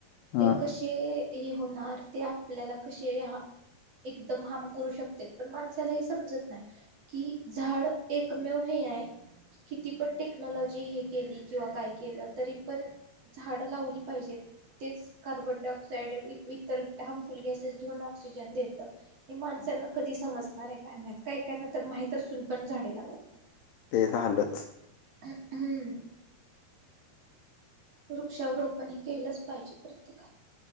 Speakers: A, on the left; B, on the right.
A: हा
B: ते कसे हे होणार ते आपल्याला कसे, एकदम हाम करू शकत्यात पण माणसाला हे समजत नाही. कि झाड एकमेव हे आहे किती पण टेक्नॉलॉजी हे केली किंवा काय केलं तरी पण झाड लावली पाहिजेत. तेच कार्बन डायऑक्साइड इतर हार्मफुल गॅसेस घेऊन ऑक्सिजन देतं. हे माणसांना कधी समजणाराय काय नाहीत काय काय ना तर माहीत असून पण झाडे लावत नाही.
A: ते झालंच.
B: ह हम्म. वृक्षारोपणे केलंच पाहिजे प्रत्येकान.